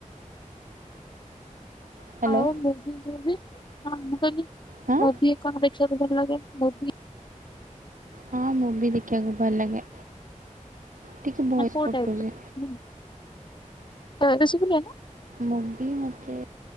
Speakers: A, on the right (about 80°); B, on the left (about 35°).
A: ହ୍ୟାଲୋ
B: ଆଉ ମୁଭି ଯୋଉ ବି ହଁ କହିଲି
A: ହଁ
B: ମୁଭି କଣ ଦେଖିବାକୁ ଭଲ ଲାଗେ ମୁଭି?
A: ହଁ ମୁଭି ଦେଖିବାକୁ ଭଲ ଲାଗେ। ଟିକେ ଭଏସ୍
B: ମାନେ କୋଉ
A: କଟୁଛି
B: ଟାଇପିର? ତ ଏବେ ଶୁବିଲା ନା?
A: ମୁଭି ମତେ